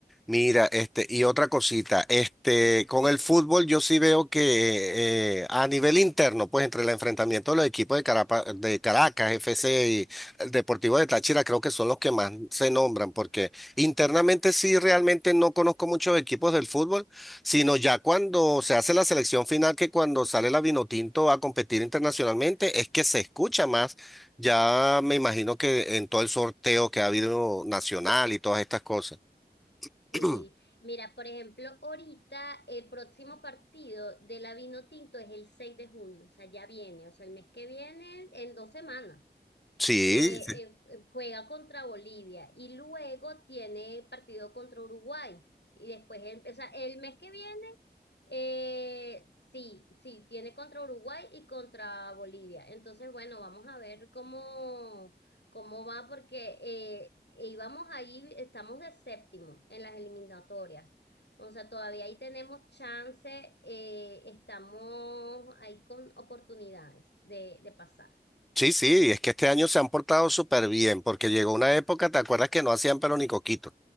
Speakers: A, in the centre; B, on the left (about 85°).
A: Mira, este, y otra cosita, este, con el fútbol yo sí veo que eh, a nivel interno, pues entre el enfrentamiento de los equipos de, Carapa- de Caracas, F C y el Deportivo de Táchira, creo que son los que más se nombran, porque internamente sí realmente no conozco muchos equipos del fútbol, sino ya cuando se hace la selección final, que cuando sale la Vinotinto a competir internacionalmente, es que se escucha más. Ya me imagino que en todo el sorteo que ha habido nacional y todas estas cosas.
B: Sí,
A: <clears throat>
B: mira, por ejemplo, ahorita el próximo partido de la Vinotinto es el 6 de junio, o sea, ya viene, o sea, el mes que viene, en dos semanas.
A: Sí,
B: Eh, eh, eh, juega contra Bolivia y luego tiene partido contra Uruguay. Y después, el, o sea, el mes que viene eh, sí, sí, tiene contra Uruguay y contra Bolivia. Entonces, bueno, vamos a ver cómo, cómo va, porque eh, íbamos ahí, estamos de séptimo en las eliminatorias. O sea, todavía ahí tenemos chance, eh, estamos ahí con oportunidades de, de pasar.
A: sí, sí, es que este año se han portado súper bien, porque llegó una época, ¿te acuerdas que no hacían pero ni coquito?